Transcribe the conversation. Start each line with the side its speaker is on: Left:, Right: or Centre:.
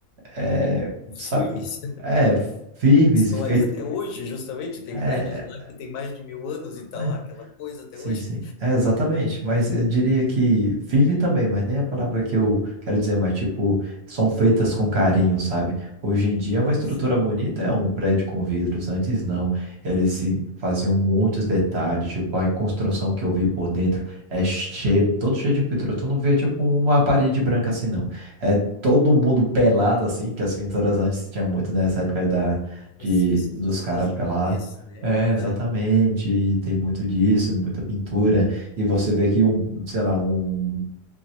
Right: é, sabe,
Left: Firmes.
Right: é, firmes
Left: Estão
Right: e feitos.
Left: ali até hoje, justamente. Tem
Right: É,
Left: prédios lá que tem mais de mil anos e tá
Right: é.
Left: lá aquela coisa até
Right: Sim,
Left: hoje.
Right: sim. É, exatamente. Mas eu diria que firme também, mas nem a palavra que eu quero dizer, mas tipo, são feitas com carinho, sabe? Hoje em dia é uma
Left: Sim,
Right: estrutura
Left: sim.
Right: bonita, é um prédio com vidros, antes não. Eles se faziam muitos detalhes, tipo, a construção que eu vi por dentro é cheio, todo cheio de pintura. Tu não vê, tipo, uma parede branca assim, não. É todo mundo pelado, assim, que as pinturas antes tinha muito nessa época da, de,
Left: E assim, sim,
Right: dos
Left: cenas
Right: caras
Left: de
Right: pelados.
Left: nudez, né?
Right: É,
Left: É verdade.
Right: exatamente. E tem muito disso, muita pintura. E você vê que um, sei lá, um